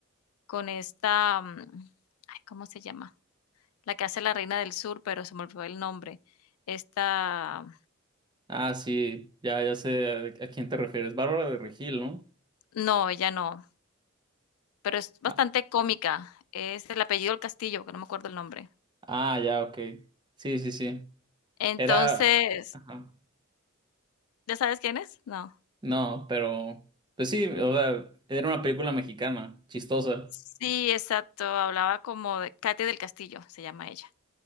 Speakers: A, on the left; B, on the right.
A: con esta, mm, ay, ¿cómo se llama? La que hace la reina del sur, pero se me olvidó el nombre. Esta,
B: Ah, sí, ya, ya sé a, a quién te refieres, Bárbara de Regil, ¿no?
A: no, ella no, pero es bastante
B: Ah,
A: cómica. Es el apellido del Castillo, que no me acuerdo el nombre.
B: ah, ya, ok, sí, sí, sí,
A: Entonces,
B: era... ajá.
A: ¿ya sabes quién es? No.
B: No, pero pues sí, o sea, era una película mexicana, chistosa.
A: Sí, exacto, hablaba como de Katy del Castillo, se llama ella.